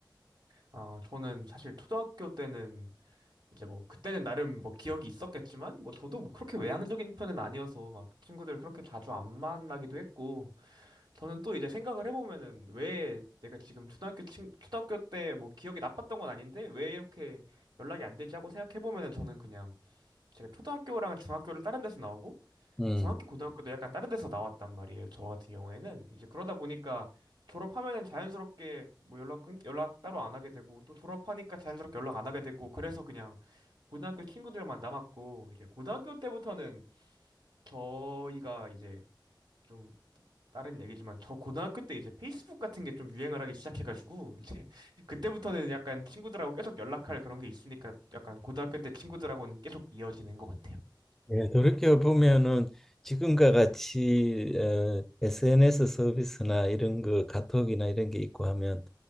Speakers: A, on the right; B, in the centre.
A: 아, 저는 사실 초등학교 때는 이제 뭐 그때는 나름 뭐 기억이 있었겠지만 뭐 저도 뭐 그렇게 외향적인 편은 아니어서 막 친구들 그렇게 자주 안 만나기도 했고 저는 또 이제 생각을 해보면은 왜 내가 지금 초등학교 친, 초등학교 때 뭐 기억이 나빴던 건 아닌데 왜 이렇게 연락이 안 되지 하고 생각해보면은 저는 그냥 제가 초등학교랑 중학교를 다른 데서 나오고
B: 음.
A: 중학교 고등학교도 약간 다른 데서 나왔단 말이에요. 저 같은 경우에는 이제 그러다 보니까 졸업하면은 자연스럽게 뭐 연락 끊 연락 따로 안 하게 되고 또 졸업하니까 자연스럽게 연락 안 하게 되고 그래서 그냥 고등학교 친구들만 남았고 이제 고등학교 때부터는 저희가 이제 좀 다른 얘기지만 저 고등학교 때 이제 페이스북 같은 게 좀 유행을 하기 시작해가지고 이제 <laughs> 그때부터는 약간 친구들하고 계속 연락할 그런 게 있으니까 약간 고등학교 때 친구들하고는 계속 이어지는 것 같아요.
B: 예, 돌이켜 보면은 지금과 같이 어, SNS 서비스나 이런 거 카톡이나 이런 게 있고 하면